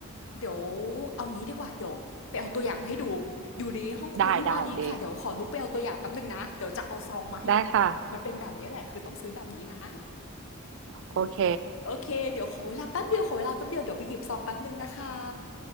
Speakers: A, on the left; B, on the right.
A: เดี๋ยวเอางี้ดีกว่าเดี๋ยวไปเอาตัวอย่างมาให้ดูอยู่ในห้องครัวที่บ้านนี้เองค่ะเดี๋ยวขอลุกไปเอาตัวอย่างแป๊บหนึ่งนะเดี๋ยวจะเอาซองมาให้ดูเลยว่ามันเป็นแบบนี้แหละคือต้องซื้อแบบนี้นะ
B: ได้ได้เดได้ค่ะโอเค
A: โอเคเดี๋ยวขอเวลาแป๊บเดียวขอเวลาแป๊บเดียวเดี๋ยวไปหยิบซองแป๊บหนึ่งนะคะ